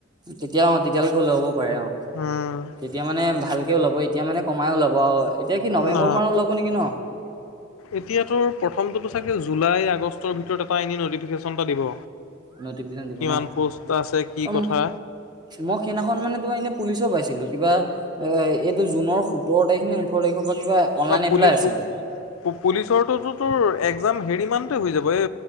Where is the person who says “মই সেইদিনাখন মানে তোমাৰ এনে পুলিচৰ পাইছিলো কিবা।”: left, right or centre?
Right